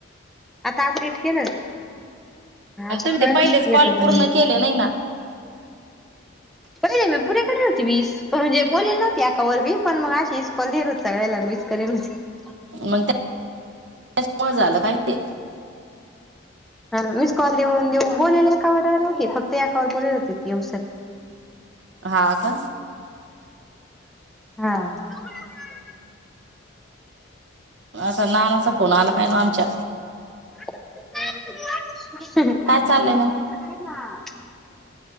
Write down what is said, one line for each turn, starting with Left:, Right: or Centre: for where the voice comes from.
Centre: आता अपडेट केलं
Right: आणि
Centre: आता
Right: तुम्ही ते
Centre: कळल
Right: पहिलेच कॉल
Centre: येतो का
Right: पूर्ण
Centre: नाही <unintelligible> येतो
Right: केले ना <inaudible>
Centre: ी <unintelligible> पुरे करे होती वीस प म्हणजे बोलेल नव्हती एका वर बी मग अशी इसकॉल देत होत सगळ्याला वीस करेलजी <unintelligible>
Right: मग त्या <unintelligible> झालं काय ते
Centre: हा मिस कॉल देऊन देऊन बोलेल एकावर की फक्त एकावर बोलेल होते व्यवस्थित
Right: हा का,
Centre: हा, <unintelligible>
Right: असं ना नाचा फोन आला काय ना आमच्या
Centre: <unintelligible>
Right: काय चाललंय मग